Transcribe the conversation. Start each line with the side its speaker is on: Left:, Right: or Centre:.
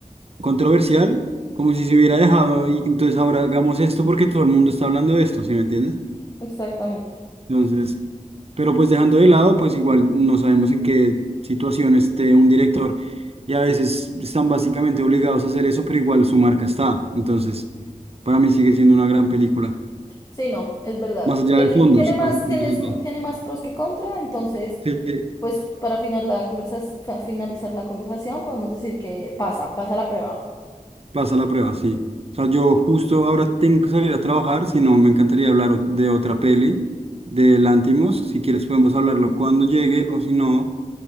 Right: controversial, como si se hubiera dejado y entonces ahora hagamos esto porque todo el mundo está hablando de esto, ¿sí me entiendes?
Left: Exactamente.
Right: Entonces, pero pues dejando de lado, pues igual no sabemos en qué situación esté un director y a veces están básicamente obligados a hacer eso, pero igual su marca está. Entonces, para mí sigue siendo una gran película.
Left: Sí, no, es verdad.
Right: Más allá
Left: Tiene,
Right: del fondo,
Left: tiene
Right: sí,
Left: más,
Right: más más
Left: tienes,
Right: allá.
Left: m- tiene más pros que contra, entonces,
Right: Sí,
Left: pues para final la conversa, fa- finalizar la conversación, podemos decir que pasa, pasa la prueba.
Right: Pasa la prueba, sí. O sea, yo justo ahora tengo que salir a trabajar, si no, me encantaría hablar o- de otra peli, de Lantimos. Si quieres podemos hablarlo cuando llegue o si no,